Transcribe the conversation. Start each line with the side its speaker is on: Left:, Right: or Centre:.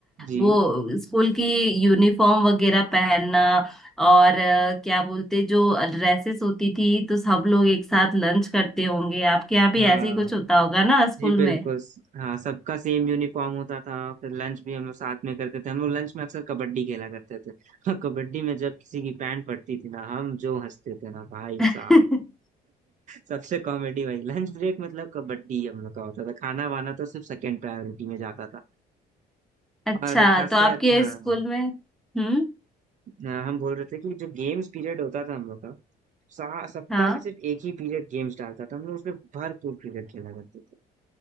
Right: जी
Centre: वो स्कूल की यूनिफॉर्म वगैरह पहनना और अ, क्या बोलते जो ड्रेसेस होती थी तो सब लोग एक साथ लंच करते होंगे आपके यहाँ भी
Right: हाँ
Centre: ऐसे ही कुछ होता होगा ना स्कूल
Right: जी बिल्कुल
Centre: में
Right: हाँ सबका सेम यूनिफॉर्म होता था फिर लंच भी हम लोग साथ में करते थे हम लोग लंच में अक्सर कबड्डी खेला करते थे <laughs> और कबड्डी में जब किसी की पैंट पड़ती थी ना हम जो हंसते थे ना भाई
Centre: <laughs>
Right: साहब सबसे कॉमेडी भाई लंच ब्रेक मतलब कबड्डी हम लोग का होता था खाना वाना तो सिर्फ सेकंड प्रायोरिटी में जाता था
Centre: अच्छा
Right: और खासकर
Centre: तो आपके
Right: हाँ
Centre: स्कूल में हम्म
Right: हाँ, हम बोल रहे थे कि जो गेम्स पीरियड होता था हम लोग का सा- सप्ताह
Centre: हाँ
Right: में सिर्फ एक ही पीरियड गेम्स डालता था हम लोग उसमें भरपूर क्रिकेट खेला करते थे